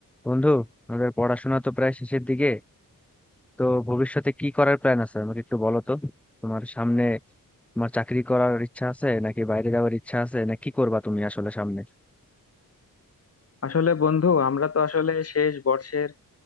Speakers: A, in the centre; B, on the left.
A: বন্ধু আমাদের পড়াশোনা তো প্রায় শেষের দিকে তো ভবিষ্যতে কি করার প্ল্যান আছে আমাকে একটু বলো তো তোমার সামনে তোমার চাকরি করার ইচ্ছা আছে নাকি বাইরে যাওয়ার ইচ্ছা আছে না কি করবা তুমি আসলে সামনে
B: আসলে বন্ধু আমরা তো আসলে শেষ বর্ষের